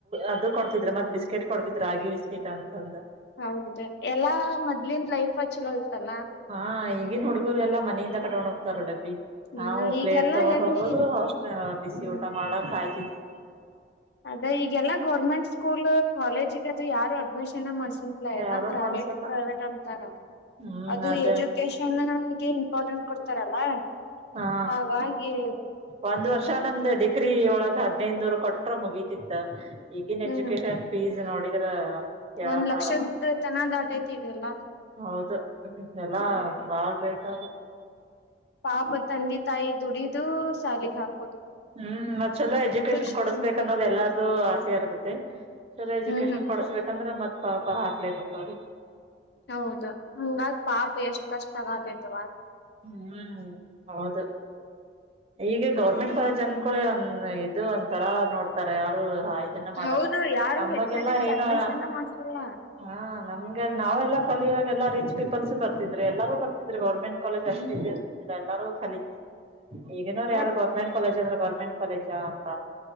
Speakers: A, on the right (about 35°); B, on the left (about 60°).
A: ಅದು ಕೊಡ್ತಿದ್ರ ಮತ್ ಬಿಸ್ಕೆಟ್ ಕೊಡ್ತಿದ್ರ ರಾಗಿ ಬಿಸ್ಕೆಟ್ ಅಂತ <unintelligible>
B: ಹೌದ ಎಲ್ಲಾ ಮೊದ್ಲಿನ ಲೈಫ್ ಚಲೋ ಇತ್ತಲ್ಲಾ
A: ಹಾ ಈಗನ್ ಹುಡ್ಗರು ಎಲ್ಲಾ ಮನೆಯಿಂದ ಕಟ್ಕೊಂಡ್ ಹೋಗ್ತಾರ ಡಬ್ಬಿ
B: ಹ್ಮ್
A: ನಾವು ಪ್ಲೇಟ್
B: ಈಗೆಲ್ಲಾ
A: ತಗೊಂಡ್
B: ಎಲ್ಲಿ
A: ಹೋಗೋದು ಅಷ್ಟ್ ಬಿಸಿ
B: ಹ್ಮ್
A: ಊಟ ಮಾಡ ಕಾಯ್ತಿದ್ವಿ
B: ಅದ ಈಗೆಲ್ಲಾ ಗೌರ್ಮೆಂಟ್ ಸ್ಕೂಲ್ ಕಾಲೇಜಗ ಅದು ಯಾರು ಅಡ್ಮಿಷನ್ ಮಾಡ್ಸ ಲ್ಲ ಎಲ್ಲ
A: ಯಾರು
B: ಪ್ರೈವೇಟ್
A: ಮಾಡ್ಸಲ್ಲ
B: ಪ್ರೈವೇಟ್ ಅಂತಾರ
A: ಹ್ಮ್
B: ಅದು
A: ಅದೇ
B: ಎಜುಕೇಶನ್ ನನ್ಗೆ ಇಂಪಾರ್ಟೆಂಟ್ ಕೊಡ್ತಾರಲ್ಲ
A: ಹಾ
B: ಹಾಗ ಹಾಗೆ
A: ಒಂದ್ ವರ್ಷ ನಮ್ದ್ ಡಿಗ್ರಿ ಒಳಗ ಹದ್ನೈದ್ ನೂರ್ ಕೊಟ್ರ ಮುಗೀತಿಿದ್ದ ಈಗನ್
B: ಹ್ಮ್
A: ಎಜುಕೇಶನ್ ಫೀಸ್ ನೋಡಿದ್ರ ಕೇಳಕ್
B: ಒಂದ್ ಲಕ್ಷದ
A: ಆಗಲ್ಲ
B: ತನ ದಾಟೈತಿ ಈಗೆಲ್ಲ
A: ಹೌದು ಎಲ್ಲಾ
B: ಹ್ಮ್
A: ಬಾಳ್ ರೇಟ್ ಆ
B: ಪಾಪ ತಂದಿ ತಾಯಿ ದುಡಿದು ಸಾಲಿಗೆ ಹಾಕ
A: ಹ್ಮ್ ಮತ್ ಚಲೋ ಎಜುಕೇಶನ್
B: ಶಿಕ್ಷಣಕ್
A: ಕೊಡಸ್ಬೇಕನ್ನೋದ
B: ಹಾಕುದು
A: ಎಲ್ಲಾರ್ದು ಆಸೆ ಇರ್ತತ್ತತೆ ಚೊಲಾ ಎಜುಕೇಶನ್
B: ಹ್ಮ್
A: ಕೊಡಸ್ಬೇಕಂದ್ರೆ ಮತ್ತ ಪಾಪ ಹಾಕ್ಲೇಬೇಕ ಅವ್ರಿಗೆ
B: ಹೌದು ಹಂಗಾದ ಪಾಪ ಎಷ್ಟ್ ಕಷ್ಟ ಆಗತೈತವ
A: ಹ್ಮ್ ಹೌದು ಈಗ ಗೌರ್ಮೆಂಟ್ ಕಾಲೇಜ್ ಅನ್ಕಳೆ ಒಂದ್ ಇದು ಒಂ ತರ ನೋಡ್ತಾರೆ ಯಾರು ಹಾ ಇದನ್ನ ಮಾಡಲ್ಲ
B: ಹೌದು ಯಾರು
A: ನಮಗೆಲ್ಲಾ
B: ಹೆಚ್ಚಾನೆಚ್
A: ಏನುಣ
B: ಅಡ್ಮಿಷನ್ ಮಾಡ್ಸಲ್ಲ
A: ಹಾ ನಮ್ಗೆ ನಾವೆಲ್ಲ ಕಲಿ ಇಾಗೆಲ್ಲಾ ರಿಚ್ ಪೀಪಲ್ಸ್ು ಬರ್ತಿದರು ಎಲ್ಲಾರೂ ಬರ್ತಿದ್ ಗರ್ೆಂಟ್ ಕಾಲೇಜ್
B: ಹ್ಮ್
A: ಅಷ್ಟ ಇದ ಇರ್ತಿದಿಲ್ಲ ಎಲ್ಲರೂ ಕಖಲಿ ಈಗಿನೋ
B: ಅದ
A: ಯಾರು ಗೌರ್ಮೆಂಟ್ ಕಾಲೇಜ್ ಅಂದ್ರ ಗೌರ್ಮೆಂಟ್ ಕಾಲೇಜ ಅಂತ